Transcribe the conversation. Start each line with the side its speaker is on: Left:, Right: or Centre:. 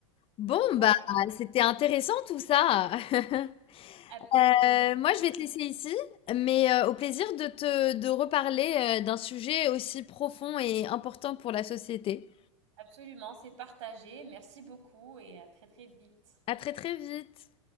Left: Bon,
Right: Voilà,
Left: bah, c'était intéressant tout ça. <laughs>
Right: absolument.
Left: Euh, moi, je vais te laisser ici, mais euh, au plaisir de te de reparler euh, d'un sujet aussi profond et important pour la société.
Right: Absolument, c'est partagé. Merci beaucoup et à très très vite.
Left: À très très vite.